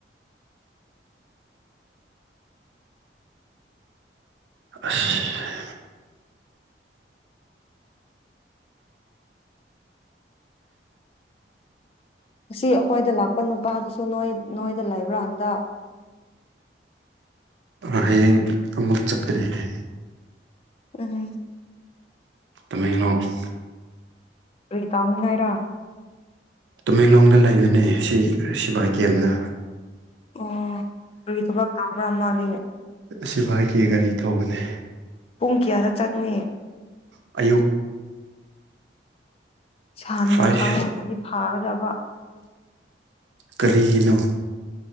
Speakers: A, on the right; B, on the left.
A: ꯑꯁ
B: ꯉꯁꯤ ꯑꯩꯈꯣꯏꯗ ꯂꯥꯛꯄ ꯅꯨꯄꯥꯗꯨꯁꯨ ꯅꯣꯏ ꯅꯣꯏꯗ ꯂꯩꯕ꯭ꯔꯥ ꯍꯟꯗꯛ
A: ꯍꯌꯦꯡ ꯑꯃꯨꯛ ꯆꯠꯀꯅꯤ ꯍꯥꯏꯌꯦ
B: ꯎꯝ
A: <unintelligible>
B: ꯀꯔꯤꯇꯥꯎꯅꯤ ꯉꯥꯏꯔꯥ
A: ꯇꯃꯦꯡꯂꯣꯡꯗ ꯂꯩꯕꯅꯦ ꯁꯤ ꯁꯤꯕꯥꯏ ꯀꯦꯝꯗ
B: ꯑꯣ ꯀꯔꯤ ꯊꯕꯛ ꯀꯥꯕ꯭ꯔꯥ ꯃꯥꯗꯤ
A: ꯁꯤꯕꯥꯏꯒꯤ ꯒꯥꯔꯤ ꯊꯧꯕꯅꯦ
B: ꯄꯨꯡ ꯀꯌꯥꯗ ꯆꯪꯅꯤ
A: ꯑꯌꯨꯛ
B: ꯍꯥꯟꯅ
A: ꯐꯥꯏꯚ
B: ꯈꯪꯉꯝꯃꯥꯗꯤ ꯐꯥꯒꯗꯕ
A: ꯀꯔꯤꯒꯤꯅꯣ